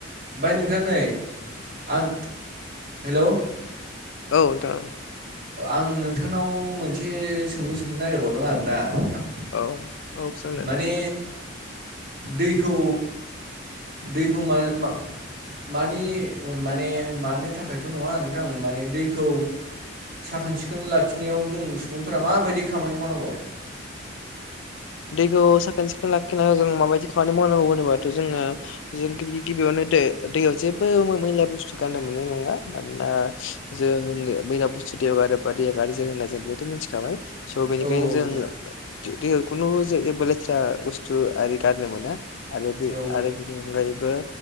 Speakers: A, on the right; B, on the left.
A: ओफ्राय नोंथां नै आं हेलौ।
B: औ नोंथां।
A: आं नोंथांनाव मोनसे सोंलु सोंनो नागिरबावदों आरो ना नोंथां।
B: औ औ सोंदो।
A: माने दैखौ दैखौ माने मानि माने मानो थाखायथ नङा नोंथां माने दैखौ साखोन सिखोन लाखिनायाव जों सुबुंफोरा माबायदि खामानि मावनांगौ? <inaudible>
B: दैखौ साखोन सिखोन लाखिनांगौ जों माबायदि खामानि मावनांगौ होनोबाथ जोङो जों गिबि गिबियावनो ओ दैयाव जेबो मैला बुस्थु गारनो मोननाय नङा। मानोना जों मैला बुस्थु दैयाव गारोबा दैया गाज्रि जागोन होनना जों बेखौथ मिथिखाबाय। स बेनिखायनो
A: औ औ
B: जों
A: नोंथां
B: दैयाव खुनु जेबो लेथ्रा बुस्थु आरि गारनो मोना। आरो बे
A: औ
B: आरो बेनि अनगायैबो